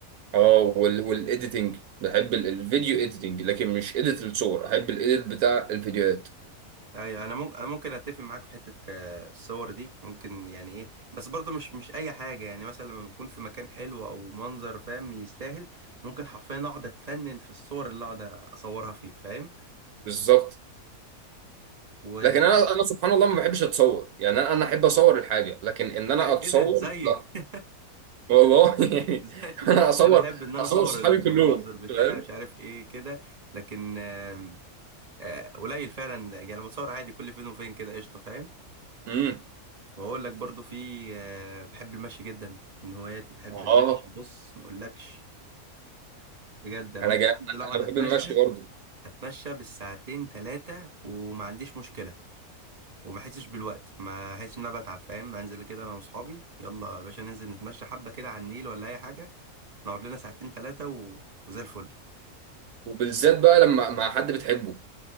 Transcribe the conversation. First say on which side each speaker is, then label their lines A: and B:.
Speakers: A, on the right; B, on the right.
A: اه وال... والإيديتنج بحب ال- الفيديو إيديتنج لكن مش إيديت الصور أحب الإيديت بتاع الفيديوهات
B: ايوه انا ممكن أنا ممكن اتفق معاك في حته آه، الصور دي ممكن يعني ايه بس برضه مش مش اي حاجه يعني مثلا لما بكون في مكان حلو او منظر فاهم يستاهل ممكن حرفيا اقعد اتفنن في الصور اللي اقعد اصورها فيه فاهم
A: بالظبط
B: و
A: لكن أنا أنا سبحان الله ما بحبش أتصور يعني أنا أنا أحب أصور الحاجة لكن إن أنا
B: آه،
A: أتصور
B: ايه ده زي
A: لا
B: <laughs>
A: والله <laughs> يعني
B: زي
A: أنا أصور
B: انا احب ان انا
A: أصور
B: اصور
A: صحابي
B: المناظر
A: كلهم
B: بتاع
A: فاهم؟
B: مش عارف ايه كده لكن آم، آه، قليل فعلا يعني بصور عادي كل فين وفين كده قشطه فاهم
A: امم
B: واقول لك برضو في آه، بحب المشي جدا من هواياتي بحب
A: اه
B: المشي بص ما اقولكش بجد انا
A: أنا
B: ممكن
A: جا...
B: انزل اقعد
A: أنا
B: اتمشى
A: بحب المشي برضه
B: اتمشى بالساعتين ثلاثه وما عنديش مشكله وما احسش بالوقت ما احسش ان انا بتعب فاهم انزل كده انا واصحابي يلا يا باشا ننزل نتمشى حبه كده على النيل ولا اي حاجه نقعد لنا ساعتين ثلاثة و... وزي الفل
A: وبالذات بقى لما مع حد بتحبه